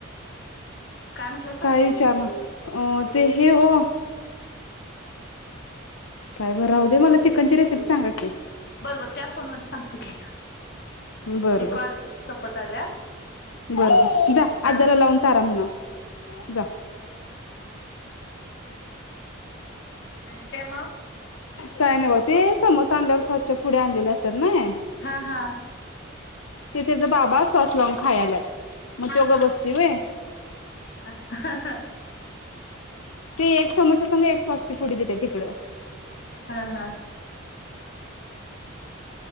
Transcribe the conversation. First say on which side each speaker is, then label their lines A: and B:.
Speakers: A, on the left; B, on the left.
A: काय म्हटलं सांग
B: काय विचारणार? अ ते हे हो. काय बर राह दे मला चिकनची रेसिपी सांगा की.
A: बरबर त्या फोनवर सांगतो की.
B: बर
A: हा
B: बर
A: कॉल सपत आल्यात्.
B: बर बर जा
A: हा
B: आजाला
A: हा
B: लावून चारा म्हणाव जा.
A: आणि काय म?
B: काय नाही ब ते समोस आणल्यावर सॉसच्यां पुड्या आणलेल्या असतात. नई.
A: हा हा
B: ते त्याचा बाबा सॉस लावून खायाल्यात. मग
A: हा
B: त्यो गब
A: हा
B: बसतोय व्हय.
A: <inaudible>
B: ते एक समोस्या संग एक सॉसची पुडी देत्यात हीकडं.
A: हा हा.